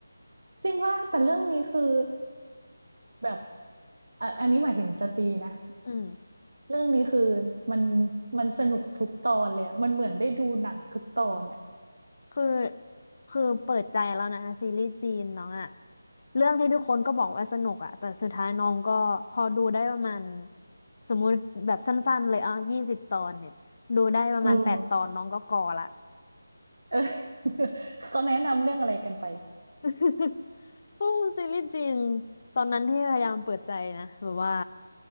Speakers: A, on the right (about 65°); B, on the left (about 40°).
A: จริงว่าแต่เรื่องนี้คือ แบบอ่ะอันนี้หมายถึงจะตีนะ
B: อืม
A: เรื่องนี้คือมันมันสนุกทุกตอนเลยอะมันเหมือนได้ดูหนังทุกตอนอะ
B: คือคือเปิดใจแล้วนะซีรีส์จีนน้องอะเรื่องที่ทุกคนก็บอกว่าสนุกอะแต่สุดท้ายน้องก็พอดูได้ประมาณสมมุติแบบสั้นๆเลยอ่ะยี่สิบตอนเนี่ยดูได้ประมาณแปดตอนน้องก็กอละ
A: เออเออ <laughs> เขาแนะนำเรื่องอะไรกันไป
B: <laughs> โอ้ซีรีส์จีนตอนนั้นที่พยายามเปิดใจนะแบบว่า